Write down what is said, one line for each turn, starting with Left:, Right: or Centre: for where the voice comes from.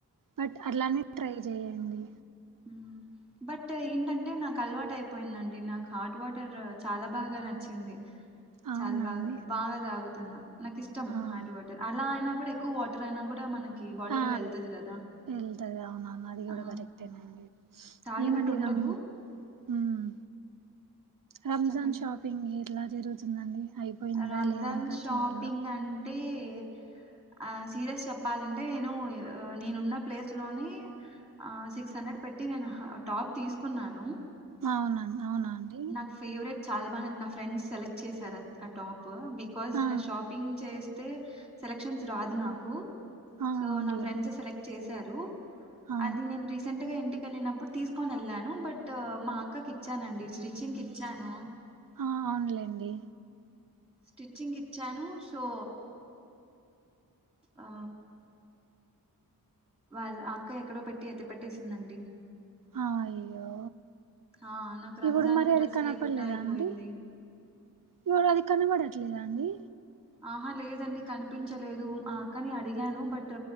Right: బట్ అలానే ట్రై చెయండి.
Centre: హ్ బట్ ఏంటంటే నాకు అలవాటు అయిపోయిందండి. నాకు హాట్ వాటర్ చాలా బాగా నచ్చింది
Right: అవునా
Centre: చాలా బాగా
Right: అండి?
Centre: బాగా తాగుతున్నా. నాకు ఇష్టం
Right: ఆ!
Centre: హార్ట్ వాటర్ అలా అయినా కూడా ఎక్కువ వాటర్ అయినా కూడా మనకి కి బాడీలో
Right: ఆ
Centre: వెల్తది కదా
Right: వెళ్తది అవునవును అది కూడా
Centre: ఆ
Right: కరెక్టేనండి
Centre: తాగినట్టు
Right: ఏమండి
Centre: ఉండదు
Right: రమ్ మ్మ్ రంజాన్
Centre: చెప్పండి
Right: షాపింగ్ ఎలా జరుగుతుందండి. అయిపోయిందా
Centre: రంజాన్
Right: లేదా ఇంకా
Centre: షాపింగ్
Right: చేయాలా
Centre: అంటే దే ఆ సీరియస్ చెప్పాలంటే నేను నేనున్న ప్లేస్ లోని ఆ సిక్స్ హండ్రెడ్ పెట్టి నేను టాప్ తీసుకున్నాను.
Right: అవునా అవునా అండి.
Centre: నాకు ఫేవరెట్ చాలా బా <inaudible> నా ఫ్రెండ్స్ సెలెక్ట్ చేసారు అది. అటాప్ ప్ బికాజ్
Right: ఆ
Centre: నా షాపింగ్ చేస్ అతే సెలక్షన్స్ రాదు నాకు.
Right: ఆ
Centre: సో
Right: అవునులేండి
Centre: నా ఫ్రెండ్స్ సెలెక్ట్ చేసి స్తారు.
Right: ఆ
Centre: అది నేను రీసెంట్గా ఎంటి గా నేనప్పుడు తీసుకొని వెళ్ళాను బట్ మా అక్కకి ఇచ్చానండి స్టిచ్చింగ్ కి ఇచ్చాను.
Right: ఆ అవునులేండి.
Centre: స్టిచ్చింగ్ కి ఇచ్చాను సో ఆ వాలు అక్క ఎక్కడో పెట్టి ఎత్తిపెట్టేసిందండి.
Right: ఆ అయ్యో
Centre: ఆ, నాకు రంజాన్
Right: ఇప్పుడు మరి
Centre: కి
Right: అది
Centre: డ్రెస్
Right: కనపడలేదా
Centre: లేకుండా అయిపోయింది
Right: అండి. ఇప్పుడు అది కనపడట్లేదా అండి
Centre: ఆహా లేదండి కనిపించలేదు ఆ అక్కని అడిగాను బ ట్